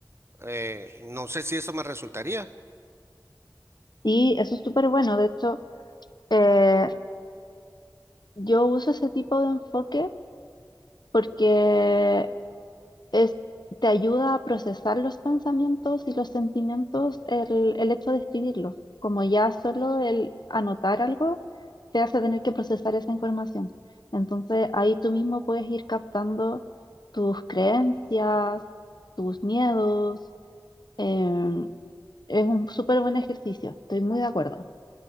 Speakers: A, on the right; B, on the left.
A: Eh, no sé si eso me resultaría.
B: Y eso es súper bueno. De hecho, eh, yo uso ese tipo de enfoque porque es, te ayuda a procesar los pensamientos y los sentimientos, el, el hecho de escribirlos, como ya solo el anotar algo te hace tener que procesar esa información. Entonces ahí tú mismo puedes ir captando tus creencias, tus miedos. em, es un súper buen ejercicio, estoy muy de acuerdo.